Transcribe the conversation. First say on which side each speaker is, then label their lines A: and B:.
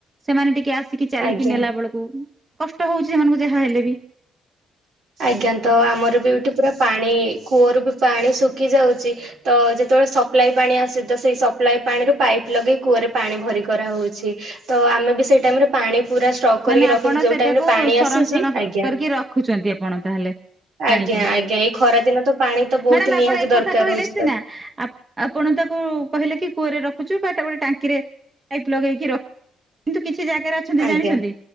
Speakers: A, on the right; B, on the right.
A: ସେମାନେ ଟିକେ ଆସିକି ଚାଲିକି
B: ଆଜ୍ଞା
A: ନେଲା ବେଳକୁ । କଷ୍ଟ ହଉଚି ଏମାନଙ୍କୁ ଯାହା ହେଲେ ବି।
B: ଆଜ୍ଞା ତ ଆମର ବି ଏଠି ପୁରା ପାଣି କୂଅରୁ ବି ପାଣି ଶୁ କି ଯାଉଛି ତ ଯେତେବେଳେ ସପ୍ଲାଇ ପାଣି ଆସେ ତ ସେଇ ସପ୍ଲାଇ ପାଣିରୁ ପାଇପ୍ ଲଗେଇ କୂଅରେ ପାଣି ଭରି କରାହଉଛି। ତ ଆମେ ବି ସେଇ ଟାଇମରେ ପାଣି ପୁରା ଷ୍ଟକ୍ କରିକି
A: ମାନେ
B: ରଖିଛୁ
A: ଆପଣ
B: ଯୋଉ
A: ସେଟାକୁ
B: ଟାଇମ ରେ ପାଣି
A: ସଂରକ୍ଷଣ
B: ଆସୁଛି
A: କ
B: ଆଜ୍ଞା
A: କରିକି ରଖୁଛନ୍ତି ଆପଣ। ତାହେଲେ
B: ଆଜ୍ଞା
A: ପାଣିକୁ।
B: ଆଜ୍ଞା ଏଇ ଖରା ଦିନ ତ ପାଣି ତ ବହୁତ
A: ମ୍ୟାଡାମ
B: ନିହାତି
A: ଆପଣ ଏକଥା
B: ଦରକାର
A: କହିଲେ
B: ହଉଛି
A: ସିନା
B: ତ।
A: ଆପ୍ ଆପଣ ତାକୁ କହିଲେ କି କୂଅରେ ରଖୁ ଜୁ କାଟାଗୋରି ଟାଙ୍କିରେ ପାଇପ ଲଗେଇକି ରଖ କିନ୍ତୁ କି ଛି ଜାଗାରେ ଅଛନ୍ତି
B: ଆଜ୍ଞା
A: ଜାଣିଛନ୍ତି?